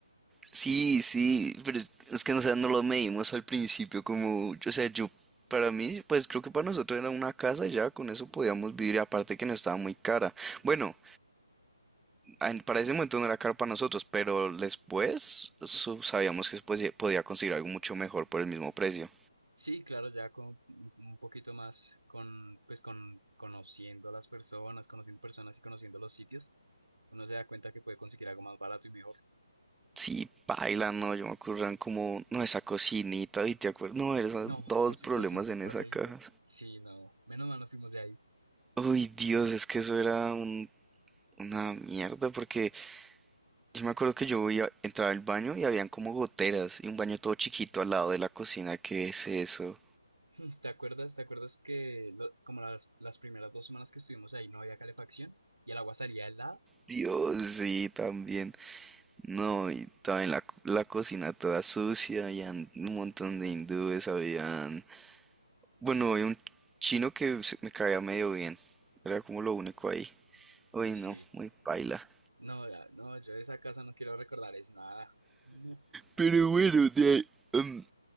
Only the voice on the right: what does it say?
Sí, claro, ya con un un poquito más con, pues con conociendo a las personas, conociendo personas y conociendo los sitios, uno se da cuenta que puede conseguir algo más barato y mejor.
No,
eso sí,
eso sí
fue
horrible.
Sí, no, menos mal nos fuimos de ahí.
<laughs> ¿Te acuerdas? ¿Te acuerdas que lo- como las, las primeras dos semanas que estuvimos ahí no había calefacción y el agua salía helada?
Sí.
No, ya, no, yo de esa casa no quiero recordar es nada. No.